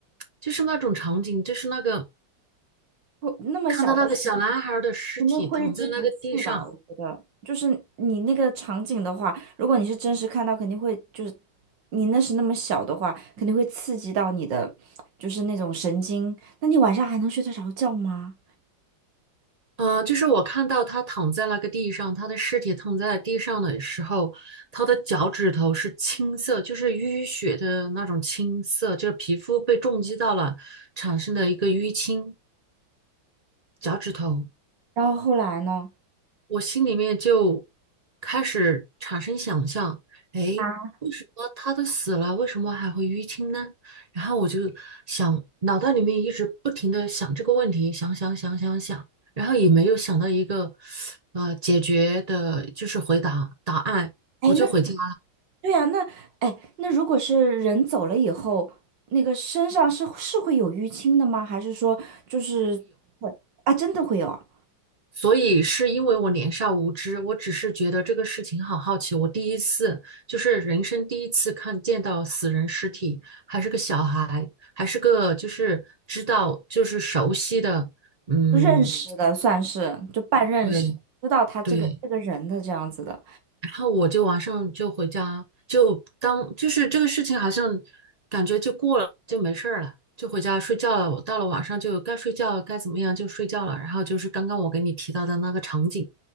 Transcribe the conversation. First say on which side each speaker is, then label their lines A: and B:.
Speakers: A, on the right; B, on the right.
A: 就是那种场景，就是那个
B: 那么小的时候
A: 看到那个小男孩儿的尸体躺在那个地上，
B: 肯定挥之不去吧？我觉得，就是你那个场景的话，如果你是真实看到，肯定会就是你那时那么小的话，肯定会刺激到你的，就是那种神经。那你晚上还能睡得着觉吗？
A: 嗯、呃就是我看到他躺在那个地上，他的尸体躺在地上的时候，他的脚趾头是青色，就是淤血的那种青色，就是皮肤被重击到了产生的一个淤青，脚趾头。
B: 然后后来呢？
A: 我心里面就开始产生想象，哎，
B: 啊，
A: 为什么他都死了，为什么还会淤青呢？然后我就想，脑袋里面一直不停的想这个问题，想想想想想，然后也没有想到一个呃解决的，就是回答答案，
B: 哎，
A: 我就回家
B: 那对啊，那哎，那如果是人走了以后，那个身上是是会有淤青的吗？还是说就是会啊，真的会有啊
A: 所以是因为我年少无知，我只是觉得这个事情好好奇。我第一次就是人生第一次看见到死人尸体，还是个小孩，还是个就是知道就是熟悉的，嗯，
B: 认识的，算是就半认识，
A: 对
B: 知道他这个这个人的这样子的。
A: 对，然后我就晚上就回家，就当就是这个事情好像感觉就过了，就没事儿了，就回家睡觉了。我到了晚上就该睡觉，该怎么样就睡觉了。然后就是刚刚我给你提到的那个场景，